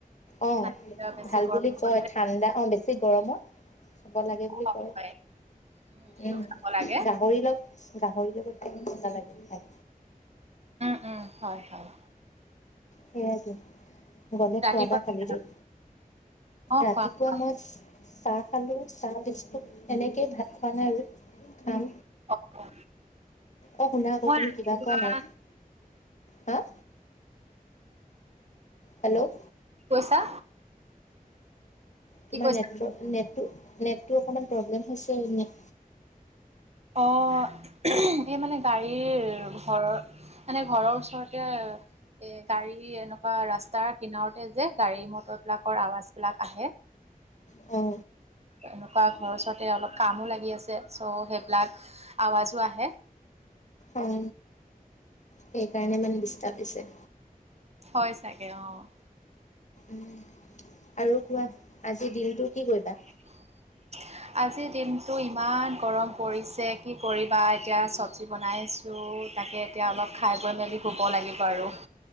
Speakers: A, on the left; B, on the right.
A: অঁ
B: তাত বেছি
A: ভাল
B: গৰম
A: বুলি কয়
B: পৰিলে
A: ঠাণ্ডা অঁ বেছি গৰমত। খাব লাগে
B: সেইটো
A: বুলি
B: কম
A: কয়
B: হয় সেইটো
A: উম
B: খাব লাগে।
A: গাহৰি লগ- গাহৰি লগতে মজা লাগে খাই।
B: উম উম, হয় হয়।
A: সেইয়াইতো, গলে
B: ৰাতিপুৱা
A: খোৱাবা কালি
B: কি খালা?
A: দেই।
B: অ',
A: ৰাতিপুৱা
B: খুৱাম খুৱাম
A: মই- চাহ খালো, চাহ বিস্কুট এনেকেই ভাত খোৱা নাই আৰু খাম।
B: অ অ।
A: অ শুনা আক
B: মই
A: তুমি
B: ৰাতিপুৱা
A: কিবা কোৱা নাই? হাঁ? হেল্লৌ'
B: কি কৈছা?
A: তোমাৰ
B: কি কৈছা?
A: নেটট নেটটো নেটটো অকমান প্ৰব্লেম হৈছে নি?
B: অঁ' এই মানে গাড়ীৰ ঘৰৰ- মানে ঘৰৰ ওচৰতে- এই গাড়ীৰ এনেকুৱা ৰাস্তাৰ কিনাৰতে যে গাড়ী মটৰ বিলাকৰ আৱাজ বিলাক আহে।
A: অঁ।
B: এনেকুৱা ঘৰ ওচৰতে অলপ কামো লাগি আছে। চ' সেই- বিলাক আৱাজো আহে।
A: অঁ। সেইকাৰণে মানে দিস্তাব দিছে।
B: হয় চাগে অঁ'।
A: উম' আৰু কোৱা আজিৰ দিনটো কি কৰিবা?
B: <unintelligible> আজিৰ দিনটো ইমান গৰম পৰিছে কি কৰিবা এতিয়া চব্জি বনাই আছ- ছো তাকে এতিয়া অলপ খাই বৈ মেলি শুব লাগিব আৰু।